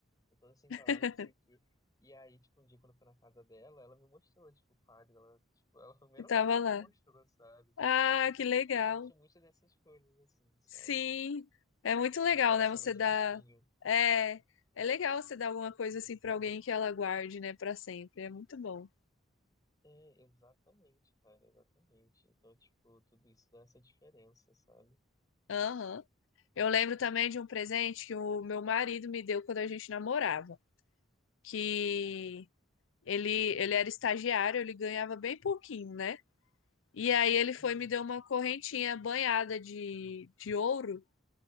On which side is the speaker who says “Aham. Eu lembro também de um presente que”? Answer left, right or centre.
Left